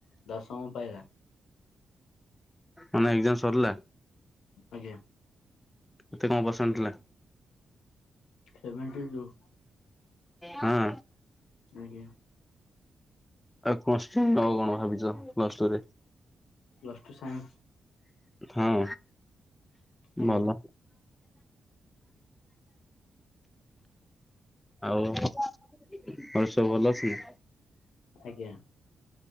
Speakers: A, on the left; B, on the left.
A: ଦଶମ ପାଇଲା
B: ମାନେ ଏକ୍ଜାମ ସରିଲା
A: ଆଜ୍ଞା
B: କେତେ କଣ ପସେଣ୍ଟେ ଥିଲା
A: ସେଭେଣ୍ଟି ଟୁ
B: ହଁ
A: ଆଜ୍ଞା
B: ଆଉ କଣସି ନବ କଣ ଭାବିଛର
A: ପ୍ଲସ୍ ଟୁ ସାଇନ୍ସି
B: ହଁ
A: ଆଜ୍ଞା
B: ଭଲ ଆଉ ଘରେ ସବୁ ଭଲ ଅଛନ୍ତି
A: ଆଜ୍ଞା